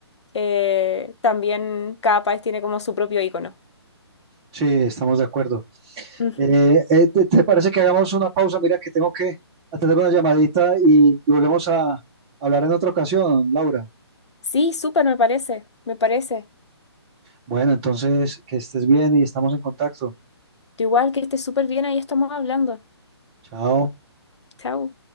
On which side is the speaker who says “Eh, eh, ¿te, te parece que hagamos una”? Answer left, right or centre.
Right